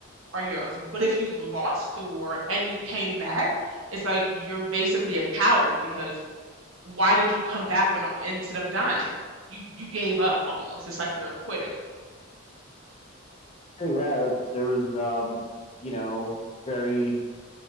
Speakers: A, on the right (about 65°); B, on the left (about 25°).
A: are heroes. But if you lost the war and you came back, it's like you're basically a coward because why did you come back when instead of dying? You you gave up almost. It's like you're a quitter.
B: So, yeah, there was, um, you know, very